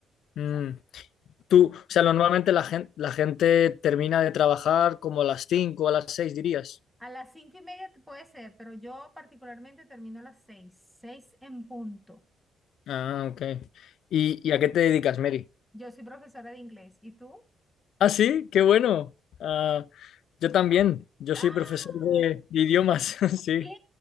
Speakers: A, on the left; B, in the centre.
A: Mm.
B: ¿sabes?
A: Tú, o sea, normalmente la gente, la gente termina de trabajar como a las cinco o a las seis, dirías.
B: A las cinco y media te- puede ser, pero yo particularmente termino a las 6, 6 en punto.
A: Ah, ok. ¿Y, y a qué te dedicas, Mary?
B: Yo soy profesora de inglés. ¿Y tú?
A: Ah, sí, qué bueno. Ah, yo también, yo
B: ¡Ah!
A: soy profesor de de idiomas, <laughs> sí.
B: ¡Qué